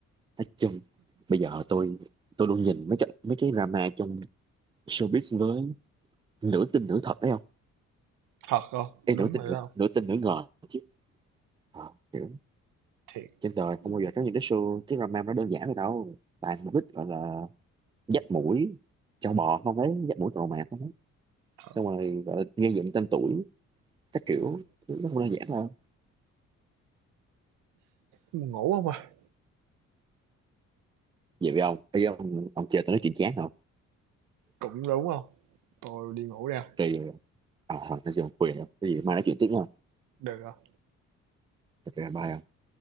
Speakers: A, on the right; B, on the right.
A: nói chung bây giờ tôi tôi luôn nhìn mấy cái mấy cái drama trong showbiz với nửa tin nửa thật phải không
B: thật không Đúng
A: em nửa tin
B: rồi đó.
A: nửa tin nửa ngờ chứ Ờ, kiểu
B: Thiệt,
A: trên đời
B: ừm,
A: không bao giờ có những cái show cái drama nó đơn giản vậy đâu toàn mục đích gọi là dắt mũi cho bò không ấy dắt mũi trò mạc không ấy
B: thật,
A: xong rồi gọi là gây dựng tên tuổi các kiểu
B: ừm,
A: nó không đơn giản đâu
B: ngủ không à?
A: vậy với ông ý ông ông chơi tôi nói chuyện chán không
B: Cũng đúng không Tôi đi ngủ đây,
A: thì À, Hoàng sẽ dùng quyền á. Cái gì mai nói chuyện tiếp nha.
B: được hông?
A: Thật ra bye ạ.